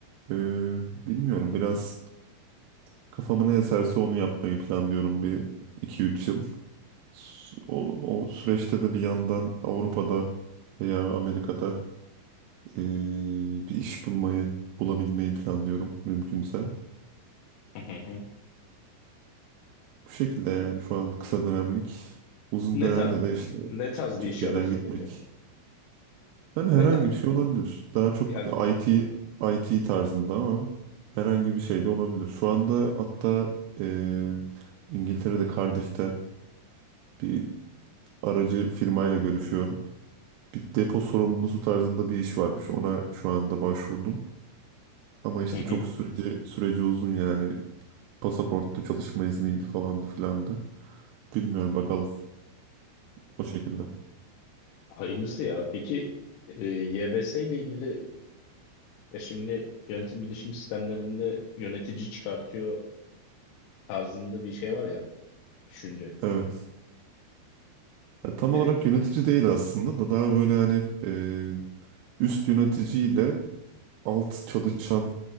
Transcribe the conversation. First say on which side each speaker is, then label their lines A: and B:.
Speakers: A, on the right; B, on the left.
A: e, bilmiyorum biraz kafama ne eserse onu yapmayı planlıyorum bir iki üç yıl. S- O, o süreçte de bir yandan Avrupa'da veya Amerika'da e, bir iş bulmayı bulabilmeyi planlıyorum mümkünse.
B: Hı hı hı.
A: Bu şekilde yani şu an kısa dönemlik, uzun
B: Ne
A: dönemde
B: tarz
A: de işte
B: ne tarz
A: T- Türkiye'den
B: bir iş arıyorsun
A: gitmek.
B: peki?
A: Yani
B: Ne
A: herhangi
B: ta
A: bir şey olabilir. Daha çok
B: yani
A: IT IT tarzında ama herhangi bir şey de olabilir. Şu anda hatta eee, İngiltere'de Cardiff'te bir aracı firmayla görüşüyorum. Bir depo sorumlusu tarzında bir iş varmış. Ona şu anda başvurdum. Ama işte
B: <laughs>
A: çok süreci süreci uzun yani. Pasaporttu, çalışma izniydi falandı filandı. Bilmiyorum bakalım o şekilde.
B: Hayırlısı ya. Peki e, YBS ile ilgili ya şimdi yönetim bilişim sistemlerinde yönetici çıkartıyor tarzında bir şey var ya düşünce.
A: Evet. Ya tam
B: Direkt
A: olarak yönetici değil aslında da daha böyle hani e, üst yöneticiyle alt çalışan